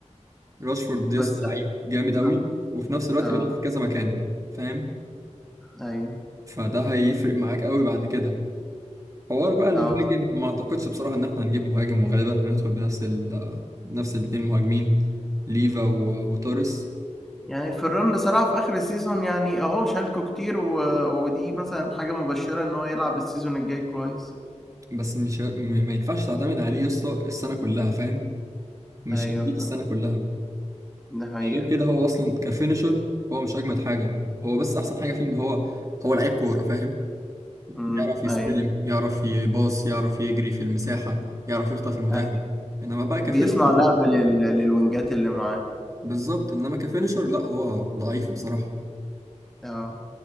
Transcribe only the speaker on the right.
راشفورد يا
اسطى لعيب جامد قوي
وفي نفس الوقت
بيلعب في كذا مكان فاهم
فده هيفرق معاك قوي بعد كده حوار بقى المهاجم
ما اعتقدش بصراحه ان احنا هنجيب مهاجم وغالبا هندخل بنفس ال نفس الاتنين مهاجمين ليفا و- وتوريس
بس مش ه- م- ما ينفعش تعتمد عليه يا اسطى السنه كلها فاهم مش
هيديك
السنه كلها
يعني غير كده هو اصلا كفينشر هو مش اجمد حاجه هو بس احسن حاجه فيه ان هو هو لعيب كوره فاهم
يعرف يستلم
يعرف يباص يعرف يجري في المساحه يعرف يخطف المدافع
انما بقى كفينشر
بالظبط انما كفينشر لا هو ضعيف بصراحه